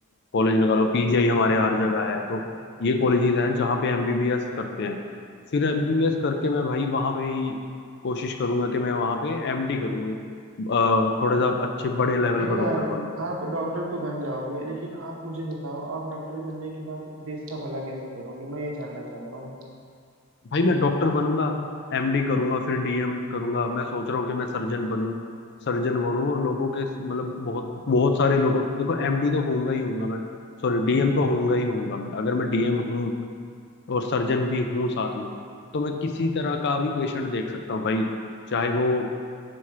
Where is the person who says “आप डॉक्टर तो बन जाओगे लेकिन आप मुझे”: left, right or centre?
Right